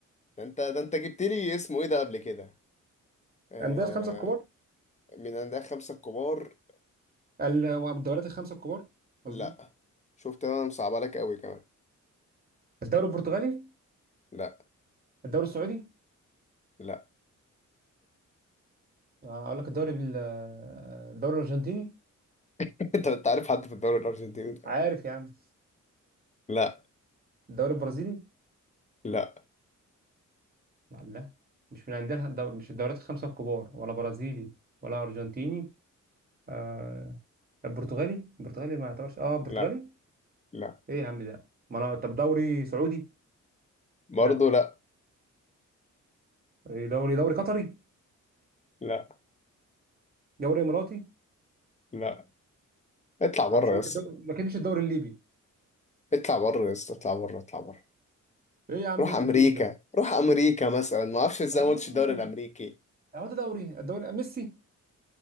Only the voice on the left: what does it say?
ده انت ده انت جبت لي اسمه ايه ده قبل كده آه...
من عند خمسة الكبار
لا شفت انا مصعبة لك قوي كمان
لا
لا
<laughs> انت انت عارف حد في الدوري الارجنتيني ده؟
لا
لا
لا لا
برضه
لا
لا
لا اطلع بره
يا اسطى
اطلع بره يا اسطى اطلع بره اطلع بره
روح
امريكا
روح امريكا مثلا ما اعرفش ازاي
ما قلتش الدوري الامريكي